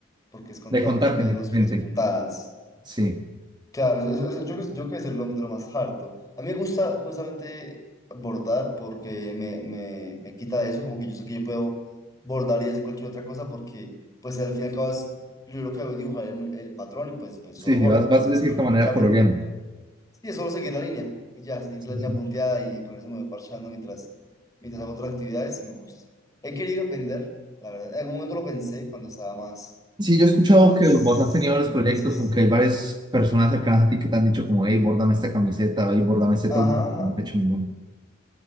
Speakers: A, on the left (about 20°); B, on the right (about 20°).
A: porque es contar
B: de contar
A: también
B: principalmente.
A: los, las puntadas.
B: Sí,
A: Claro, eso- eso- yo, creo- yo creo que es de lo, de lo más harto. A mí me gusta justamente bordar porque me, me, me quita eso, como que yo sé que yo puedo bordar y hacer cualquier otra cosa porque pues al fin y al cabo es- yo lo que hago es dibujar el, el patrón y pues, pues
B: sí,
A: solo bordo.
B: sí, vas,
A: Entonces,
B: vas de cierta manera
A: realmente,
B: coloreando.
A: sí, es solo seguir la línea y ya, seguir
B: Sí,
A: la línea
B: sí.
A: punteada y con eso me voy parchando mientras, mientras hago otras actividades y me gusta. He querido vender, la verdad. En algún momento lo pensé cuando estaba más,
B: Sí, yo he escuchado
A: más
B: que vos has tenido varios
A: en
B: proyectos,
A: crisis.
B: como que hay varias personas cercanas a ti que te han dicho como, hey, bórdame esta camiseta, hey, bórdame este
A: Ajá,
B: todo, no
A: ajá.
B: he hecho ninguno.